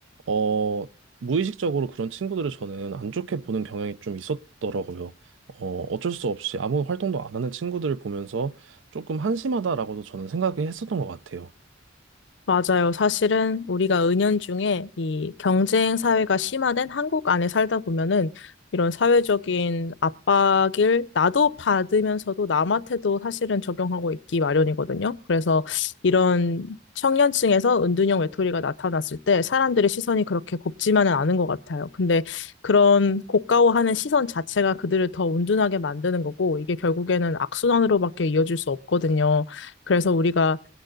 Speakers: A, on the right (about 80°); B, on the left (about 70°).
A: 어, 무의식적으로 그런 친구들을 저는 안 좋게 보는 경향이 좀 있었더라고요. 어, 어쩔 수 없이 아무 활동도 안 하는 친구들을 보면서 조금 한심하다라고도 저는 생각이 했었던 것 같아요.
B: 맞아요. 사실은 우리가 은연중에 이 경쟁 사회가 심화된 한국 안에 살다 보면은 이런 사회적인 압박을 나도 받으면서도 남한테도 사실은 적용하고 있기 마련이거든요. 그래서 이런 청년층에서 은둔형 외톨이가 나타났을 때 사람들의 시선이 그렇게 곱지만은 않은 것 같아요. 근데 그런 고가워하는 시선 자체가 그들을 더 은둔하게 만드는 거고 이게 결국에는 악순환으로밖에 이어질 수 없거든요. 그래서 우리가